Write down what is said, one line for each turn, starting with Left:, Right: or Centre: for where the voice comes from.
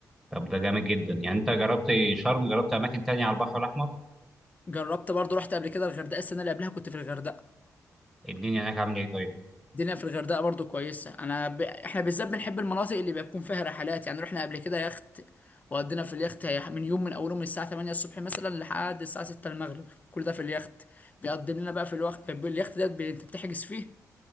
Centre: طب ده جامد جدا يعني أنت جربت شرم جربت أماكن تانية على البحر الأحمر
Left: جربت برضو رحت قبل كده الغردقة السنة اللي قبلها كنت في الغردقة
Centre: الدنيا هناك عاملة إيه طيب
Left: الدنيا في الغردقه برضو كويسه انا ب... احنا بالذات بنحب المناطق اللي بيكون فيها رحلات يعني رحنا قبل كده يخت وقضينا في اليخت هي- من يوم من اوله من الساعه 8 الصبح مثلا لحد الساعه 6 المغرب كل ده في اليخت بيقدم لنا بقى في الوقت اليخت ده بي... انت بتحجز فيه